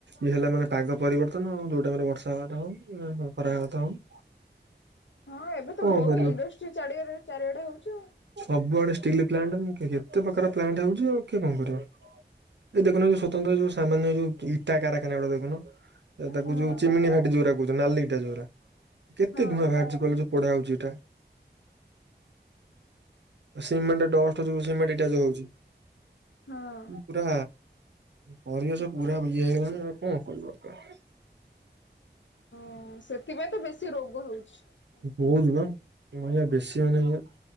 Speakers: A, on the right; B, on the left.
A: ଇଏ ହେଲା ମାନେ ପାଗ ପରିବର୍ତ୍ତନ ଯୋଉ ଟାଇମ ରେ ବର୍ଷା ହବା କଥା ହଉନି ଖରା ହେବା କଥା ହଉନି।
B: ହଁ ଏବେ ତ
A: କଣ
B: ବହୁତ
A: କରିବ
B: ଇଣ୍ଡଷ୍ଟ୍ରି ଚାରିଆ ଚାରିଆଡେ ହଉଛି।
A: ସବୁଆଡେ ଷ୍ଟିଲ ପ୍ଲାଣ୍ଟ ମୁ କେତେ ପ୍ରକାର ପ୍ଲାଣ୍ଟ ହଉଛି ଆଉ କିଏ କଣ କରିବ। ଏଇ ଦେଖୁନ ଏଇ ସ୍ୱତନ୍ତ୍ର ଏ ଯୋଉ ସାମାନ୍ୟ ଯୋଉ ଇଟା କାରଖାନା ଗୁଡା ଦେଖୁନ।
B: ହଁ
A: ତାକୁ
B: ହଁ।
A: ଯୋଉ ଚିମିନି ଭାଟି ଯୋରା କହୁଛନ୍ତି ନାଲି ଇଟା ଯୋଉରା। କେତେ
B: ହଁ
A: ଧୂଆଁ ବାହାରୁଛି କହିଲ ଯୋଉ ପୋଡ଼ା ହଉଛି ଇଟା। ସିମେଣ୍ଟ ଡଷ୍ଟ ଯୋଉ ସିମେଣ୍ଟ ଇଟା ଯୋଉ ହଉଛି।
B: ହଁ।
A: ପୁରା ପରିିବେଶ ପୁରା ଇଏ ହେଇଗଲାଣି କଣ କହିବ କାହାକୁ।
B: ହଁ ସେଥିପାଇଁ ତ ବେଶୀ ରୋଗ ହଉଛି। ସମସ୍ତଙ୍କୁ
A: <unintelligible> ତମ୍ ଭଳିଆ ବେଶୀ ମାନେ ଇଏ